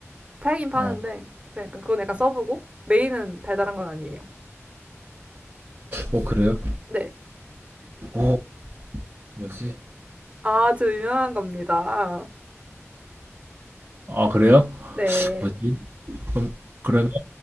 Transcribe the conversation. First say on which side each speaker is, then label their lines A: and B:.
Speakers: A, on the right; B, on the right.
A: 팔긴 파는데
B: 어,
A: 그 약간 그건 약간 서브고 메인은 달달한 건 아니에요.
B: 어, 그래요?
A: 네,
B: 어, 뭐지?
A: 아주 유명한 겁니다.
B: 아, 그래요?
A: 네,
B: 뭐지? 그럼, 그러면